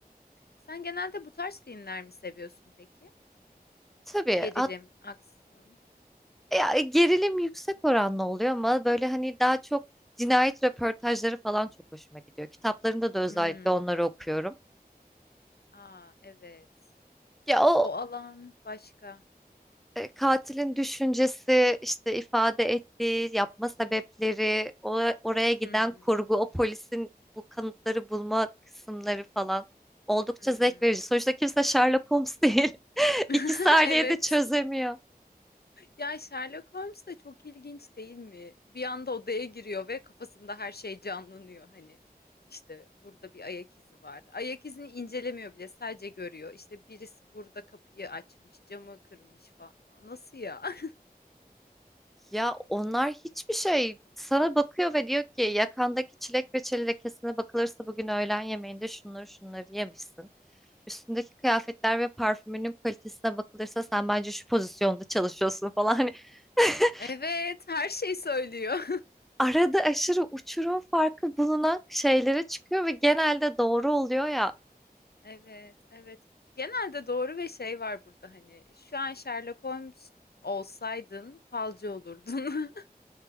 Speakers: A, on the left; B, in the centre.
A: Sen genelde bu tarz filmler mi seviyorsun peki?
B: Tabii
A: Gerilim,
B: hat-
A: aksiyon.
B: ya, gerilim yüksek oranlı oluyor ama böyle hani daha çok cinayet röportajları falan çok hoşuma gidiyor. Kitaplarında da özellikle
A: Hmm.
B: onları okuyorum.
A: Aa, evet.
B: Ya o
A: O alan başka.
B: e, katilin düşüncesi, işte ifade ettiği, yapma sebepleri, o, oraya giden
A: Hı hı.
B: kurgu, o polisin bu kanıtları bulma kısımları falan oldukça
A: Hmm.
B: zevk verici. Sonuçta kimse Sherlock Holmes değil. <laughs>
A: <laughs>
B: İki saniyede
A: Evet.
B: çözemiyor.
A: Ya Sherlock Holmes de çok ilginç değil mi? Bir anda odaya giriyor ve kafasında her şey canlanıyor. Hani işte burada bir ayak izi var. Ayak izini incelemiyor bile, sadece görüyor. İşte birisi burada kapıyı açmış, camı kırmış falan. Nasıl ya? <laughs>
B: Ya onlar hiçbir şey sana bakıyor ve diyor ki yakandaki çilek ve çeli lekesine bakılırsa bugün öğlen yemeğinde şunları şunları yemişsin. Üstündeki kıyafetler ve parfümünün kalitesine bakılırsa sen bence şu pozisyonda çalışıyorsun falan. Hani <laughs>
A: Evet, her şey söylüyor.
B: arada aşırı uçurum farkı bulunan şeylere çıkıyor ve genelde doğru oluyor ya.
A: <laughs> Evet, evet. Genelde doğru ve şey var burada hani şu an Sherlock Holmes olsaydın falcı olurdun. <laughs>